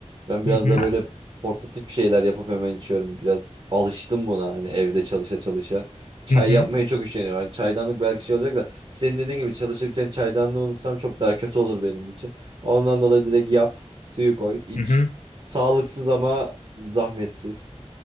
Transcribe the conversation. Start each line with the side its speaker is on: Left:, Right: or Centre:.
Right: Ben
Left: Hı
Right: biraz
Left: hı,
Right: da böyle portatif şeyler yapıp hemen içiyorum. Biraz alıştım buna hani evde çalışa çalışa. Çay
Left: hı hı,
Right: yapmaya çok üşeniyorum. Yani çaydanlık belki şey olacak da senin dediğin gibi çalışırken çaydanlığı unutsam çok daha kötü olur benim için. Ondan dolayı direkt yap, suyu koy, iç.
Left: hı hı.
Right: Sağlıksız ama zahmetsiz